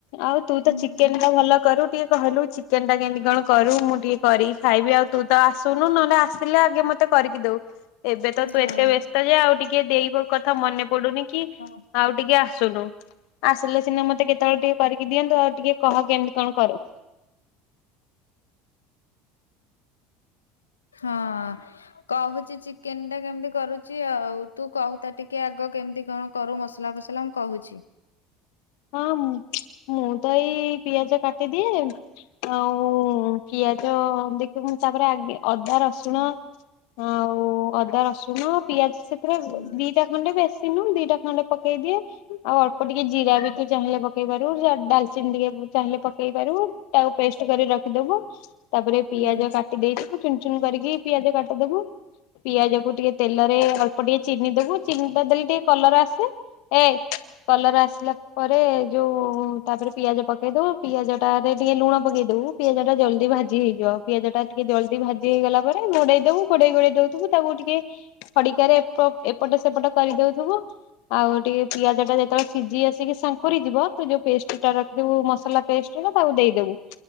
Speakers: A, on the left; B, on the left.
A: ଆଉ ତୁ ତ
B: ହୁଁ
A: ଚିକେନ ଟା ଭଲ କରୁ, ଟିକେ କହିଲୁ ଚିକେନ ଟା କେମିତି କଣ କରୁ, ମୁଁ ଟିକେ କରିକି ଖାଇବି, ଆଉ ତୁ ତ ଆସୁନୁ ନହେଲେ ଆସିଲେ ଆଗେ ମତେ କରିକି ଦଉ। ଏବେ ତ ତୁ
B: ହଁ।
A: ଏତେ ବ୍ୟସ୍ତ ଯେ- ଆଉ ଟିକେ ଦେଇବ କଥା ମନେ ପଡୁନି କି,
B: ହଁ।
A: ଆଉ ଟିକେ ଶୁଣୁ, ଆସିଲେ ସିନା ମତେ କେତେବେଳେ ଟିକେ କରିକି ଦିଅନ୍ତୁ, ଆଉ ଟିକେ କହ -କେମିତି କଣ କରୁ।
B: ଆ <unintelligible> ହଁ କହୁଛି, ଚିକେନ ଟା କେମିତି କରୁଚି ଆଉ ତୁ କହୁ ତା ଟିକେ ଆଗ କେମିତି କଣ କରୁ ମସଲା ଫସଲା ମୁଁ କହୁଛି
A: ହଁ ମୁଁ ତ ଏଇ ପିଆଜ କାଟିଦିଏ ଆଉ ପିଆଜ ଦେଖୁ। ତାପରେ ଆ ଅଦା ରସୁଣ
B: ହୁଁ
A: ଆଉ ଅଦା, ରସୁଣ, ପିଆଜ ସେ
B: ହୁଁ
A: ଦିଟା ଖଣ୍ଡେ, ବେଶୀ ନୁ ଦିଟା ଖଣ୍ଡେ ପକେଇ ଦିଏ ଆଉ ଅଳ୍ପ ଟିକେ ଜିରା
B: ହଁ।
A: ବି ତୁ ଚାହିଁଲେ ପକେଇ ପାରିବୁ, ଡାଲଚିନି ଟିକେ ଚାହିଁଲେ ପକେଇ, ତାକୁ ପେଷ୍ଟ ର ରଖିଦବୁ ତାପରେ ପିଆଜ
B: ହୁଁ
A: କାଟି ଦେଇଥିବୁ ଚୁନ ଚୁନ କରିକି ପିଆଜ କାଟିଦବୁ ପିଆଜକୁ ଟିକେ ତେଲରେ, ଅଳ୍ ଟିକେ ଚିନି ଦେବୁ ଚିହଟା ଦେଲେ ଟିକେ କଲର ଆସେ, ଏ କଲର ଆସିଲା ପରେ ଯୋଉ ତାପରେ ପିଆଜ ପକେଇ ଦଉ, ପିଆଜ ଟାରେ ଟିକେ ଲୁଣ ପକେଇ ଦବୁ, ପିଆଜ ଟା ଜଲଦି ଭାଜି ହେଇଯିବ। ପିଆଜ ଟା ଟିକେ ଜଲଦି ଭାଜି ହେଇଗଲା ପରେ ଘୋଡେଇ ଦବୁ, ଘୋଡେଇ ଘୋଡେଇ ଦଉଥିବୁ ତାକୁ ଟିକେ ଖଡିକାରେ ଏପଟେ ସେପଟ କରିଦେଉଥିବୁ ଆଉ ଟିକେ ପିଆଜ ଟା ଯେତେବେଳେ ସିଝି ଆସିବ ଶଙ୍କୁରି ଯିବ, ତୁ ଯୋଉ ପେଷ୍ଟ ଟା ରଖିିବୁ ମସଲା ପେଷ୍ଟ ତାକୁ ଦେଇଦବୁ।